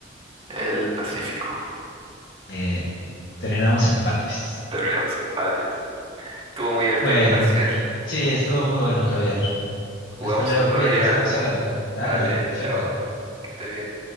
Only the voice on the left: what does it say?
Eh, terminamos empates.
Bueno,
sí, estuvo muy bueno, Javier.
Hasta luego,
cuídate,
estamos hablando. Dale,
dale, perfecto.